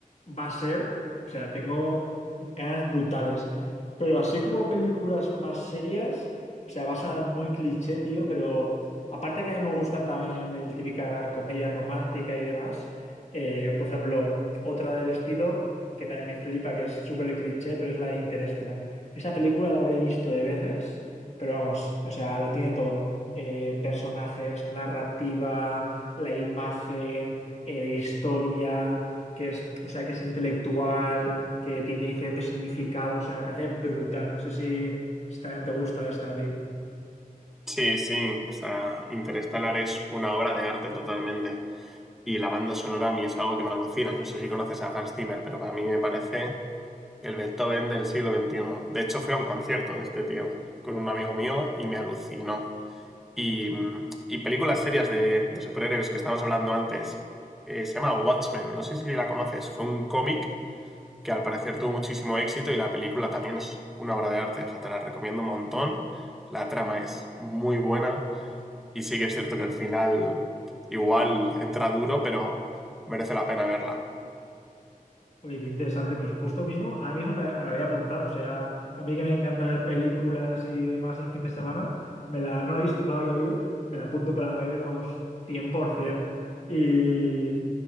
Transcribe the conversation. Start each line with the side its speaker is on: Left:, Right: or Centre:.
Left: va a ser, o sea, tengo ganas brutales. Pero así como películas más serias, o sea, va a sonar muy cliché, tío, pero aparte que a mí me gustan también el típica comedia romántica y demás, eh, por ejemplo, otra del estilo que también me flipa, que es súper cliché, pero es la de Interestelar. Esa película la habré visto de veces, pero vamos, o sea, lo tiene todo eh, personajes, narrativa, la imagen, eh, la historia, que es, o sea, que es intelectual, que tiene diferentes significados. O sea, me parece brutal. No sé si, si también te gusta esta a ti.
Centre: Sí, sí, o sea, Interstellar es una obra de arte totalmente. Y la banda sonora a mí es algo que me alucina. No sé si conoces a Hans Zimmer, pero para mí me parece el Beethoven del siglo veintiuno De hecho, fui a un concierto de este tío con un amigo mío y me alucinó. Y, y películas serias de, de, superhéroes que estábamos hablando antes. Eh, se llama Watchmen, no sé si la conoces. Fue un cómic que al parecer tuvo muchísimo éxito y la película también es una obra de arte. O sea, te la recomiendo un montón. La trama es muy buena y sí que es cierto que el final igual entra duro, pero merece la pena verla.
Left: Oye, qué interesante. Pues justo mismo, ahora mismo me, la me la voy a apuntar. O sea, a mí que me encanta ver películas y demás en fin de semana, me la, no la he visto, no la había oído. Me la apunto para ver, vamos, 100%. Y,